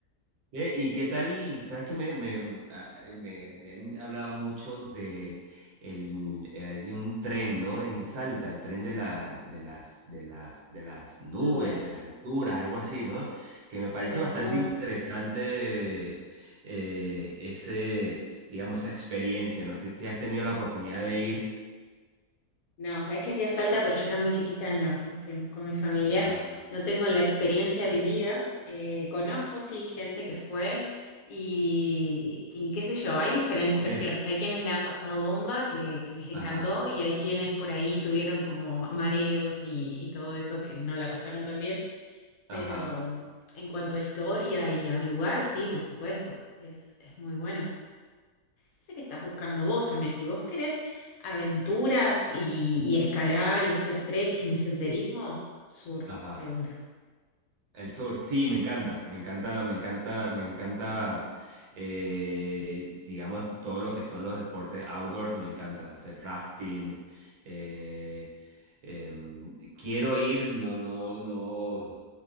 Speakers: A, on the right; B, on the left.
A: Eh, ¿Y qué tal? Sabes que me, me, a- me- me han hablado mucho de el, eh, hay un tren, ¿no? En Salta, el tren de la, de las, de las, de las nubes,
B: Nubes,
A: de las alturas, algo así, ¿no? Que
B: el
A: me parece
B: tren de
A: bastante
B: las nubes.
A: interesante eh, ese, digamos, esa experiencia. No sé si has tenido la oportunidad de ir.
B: No, sabes que fui a Salta, pero yo era muy chiquita y no, no fuimos con mi familia.
A: Ajá.
B: No tengo la experiencia vivida. Eh, conozco, sí, gente que fue y, y qué sé yo, hay diferentes
A: Sí.
B: versiones. Hay quienes la han pasado bomba, que, que les encantó,
A: Ajá,
B: y hay quienes por ahí tuvieron como mareos y, y todo eso que no la pasaron tan bien.
A: ajá,
B: Pero en cuanto a historia y al lugar, sí, por supuesto, es, es muy bueno sé qué estás buscando vos también. Si vos querés aventuras y, y escalar y hacer trekking y senderismo, sur
A: ajá.
B: de una.
A: El sur, sí, me encanta, me encanta, me encanta, me encanta, eh, digamos, todo lo que son los deportes outdoors, me encanta hacer rafting. eh, em, quiero ir, no, no, no,